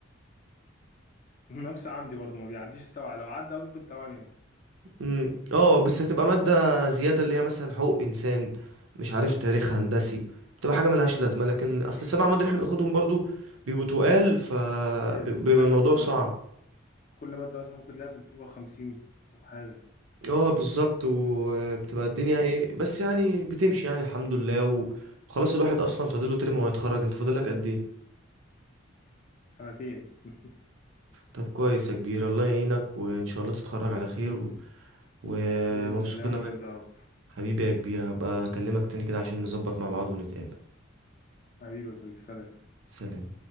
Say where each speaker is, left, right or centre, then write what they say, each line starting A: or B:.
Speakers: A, on the left (about 40°); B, on the right (about 75°).
A: <laughs> نفس عندي برضو ما بيعديش السبعه لو عدى أوي ممكن ثمانيه
B: أمم، اه بس هتبقى ماده زياده اللي هي مثلا حقوق انسان مش عارف تاريخ هندسي بتبقى حاجه ملهاش لازمه لكن اصل السبع مواد اللي احنا بناخدهم برضو بيبقوا تقال فبيبقى
A: تويل ايوه
B: الموضوع
A: تويل
B: صعب
A: كل ماده مثلا ممكن تلاقيها 350 او حاجه
B: اه بالظبط وبتبقى الدنيا ايه بس يعني بتمشي يعني الحمد لله و- وخلاص الواحد اصلا فاضله ترم وهيتخرج انت فاضلك قد ايه
A: سنتين <laughs>
B: طب كويس يا كبير الله يعينك وان شاء الله تتخرج على خير و... ومبسوط
A: باذن الله
B: ان
A: انا
B: انا
A: وانت يا رب
B: حبيبي يا كبير هبقى اكلمك تاني كده عشان نظبط مع بعض ونتقابل
A: حبيبي يا صديقي سلام
B: سلام